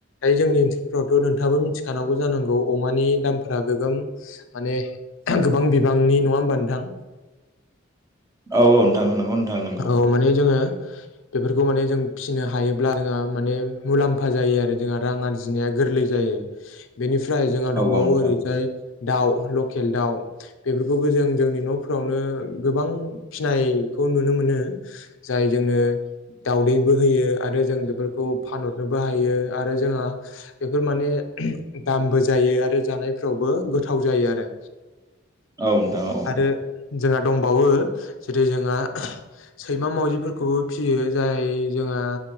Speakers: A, on the left (about 80°); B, on the right (about 20°).
A: जोंनि ओनसोलफ्रावथ' नोंथाङाबो मिथिखानांगौ जानांगौ अमानि दामफोरा गोगोम माने गोबां बिबांनि नङा होमबा नोंथां?
B: औ औ नोंथां नोंगौ नोंथां
A: औ माने जोङो
B: <inaudible>
A: बेफोरखौ माने जों फिसिनो हायोब्ला जोंहा माने मुलाम्फा जायो आरो जोंहा रां आरजिनाया गोरलै जायो। बेनिफ्राय जोंहा
B: औ
A: दंबावो
B: औ नोंथां
A: ओरैजाय दाउ लकेल दाउ बेफोरखौबो जों जोंनि न'फोरावनो गोबां फिनाय खौ नुनो मोनो जाय जोंनो दाउदैबो होयो आरो जों बेफोरखौ फानहरनो हायो आरो जोंहा बेफोर माने दामबो जायो आरो जानायफ्रावबो गोथाव जायो आरो
B: औ नोंथां औ
A: आरो जोंहा दंबावो जेरै जोंहा
B: <inaudible>
A: सैमा मावजिफोरखौबो फिसियो जाय जोंहा